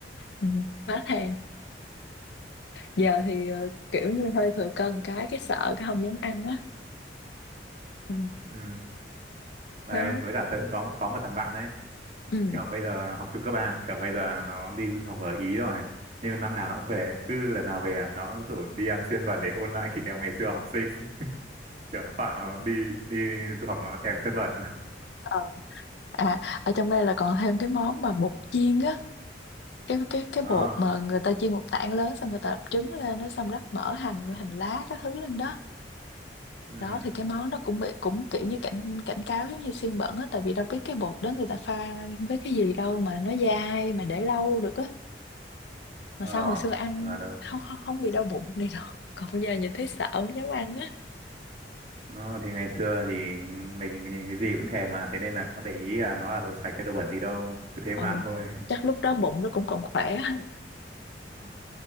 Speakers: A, on the left; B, on the right.
A: ừ. má thèm giờ thì ờ, kiểu như hơi thừa cân cái cái sợ cái không dám ăn á ừ.
B: ừ đấy
A: đó
B: với cả tớ cũng có có một thằng bạn đấy
A: ừ.
B: kiểu bây giờ học trung cấp ba kiểu bây giờ nó đi du học ở Ý rồi nhưng năm nào nó cũng về cứ lần nào về à, nó cũng rủ đi ăn xiên bẩn để ôn lại kỷ niệm ngày xưa học sinh <laughs> kiểu nó bảo nó đi đi du học nó thèm xiên bẩn
A: Ờ, à ở trong đây là còn thêm cái món mà bột chiên á cái cái cái
B: đó
A: bột mà người ta chiên một tảng lớn xong người ta đập trứng lên nó xong rắc mỡ hành hành lá các thứ lên đó
B: ừ
A: đó thì cái món đó cũng bị cũng kiểu như cảnh cảnh cáo giống như xiên bẩn á tại vì đâu biết cái bột đó người ta pha với cái gì đâu mà nó dai mà để lâu được á mà
B: ờ
A: sao hồi xưa ăn
B: à,
A: không không không bị đau bụng này đâu <laughs> còn bây giờ nhìn thấy sợ không dám ăn á
B: Ờ, thì ngày xưa thì mình nhìn cái gì cũng thèm mà thế nên là có để ý là nó là đồ sạch cái đồ bẩn gì đâu cứ thế
A: ừ.
B: mà ăn thôi
A: chắc lúc đó bụng nó cũng còn khỏe <laughs> á.
B: Ừ.